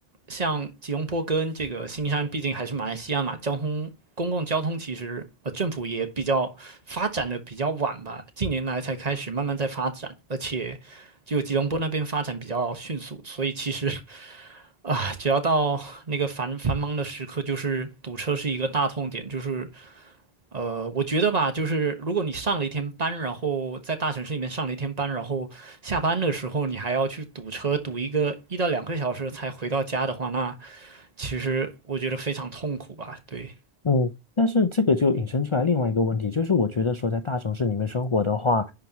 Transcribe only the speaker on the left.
嗯，但是这个就引申出来另外一个问题，就是我觉得说在大城市里面生活的话，